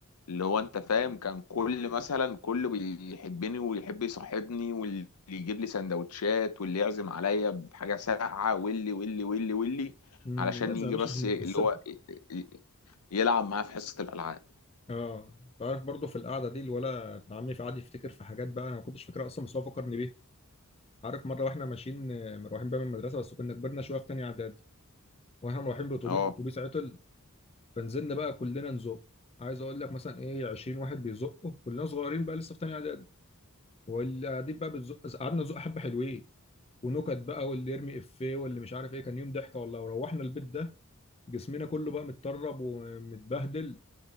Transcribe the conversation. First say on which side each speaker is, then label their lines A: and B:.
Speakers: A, on the left; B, on the left.
A: اللي هو انت فاهم كان كل مثلا كله بيحبني ويحب يصاحبني واللي يجيب لي سندوتشات واللي يعزم عليا بحاجه ساقعه واللي واللي واللي واللي
B: مم،
A: علشان
B: لازم
A: يجي
B: يا باشا
A: بس
B: عشان
A: ي-
B: بتكسبكم
A: اللي هو ي- ي- يلعب معاه في حصه الالعاب
B: اه تعرف برضه في القعده دي الولا ابن عمي في قعد يفتكر في حاجات بقى انا ما كنتش فاكرها اصلا بس هو فكرني بيها عارف مره واحنا ماشيين آه، مروحين بقى من المدرسه بس كنا كبرنا شويه في تانيه اعدادي واحنا مروحين بالاتوبيس
A: اه
B: الاتوبيس عطل فنزلنا بقى كلنا نزق عايز اقول لك مثلا ايه 20 واحد بيزقوا كلنا صغيرين بقى لسه في تانيه اعدادي واللي قاعدين بقى بتزق قعدنا نزق حبه حلوين ونكت بقى واللي يرمي افيه واللي مش عارف ايه كان يوم ضحكه والله وروحنا البيت ده جسمنا كله بقى متطرب ومتبهدل